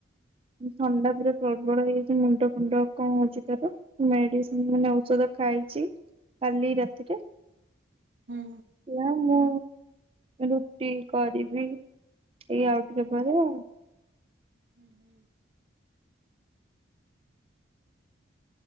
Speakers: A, on the right; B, on the right.
A: ଥଣ୍ଡା ପୁରା ପ୍ରବଳ ହେଇଯାଇଛି ମୁଣ୍ଡ ଫୁଣ୍ଡ କଣ ହଉଛି ତର? ମେଡିସିନ ମାନେ ଔଷଧ ଖାଇଛି କାଲି ରାତିରେ।
B: ହୁଁ
A: ଏହା ମୁଁ ରୁଟି କରିବି ଏଇ ଆଉ ଟିକେ ପରେ ଆଉ
B: ହୁଁ ହୁଁ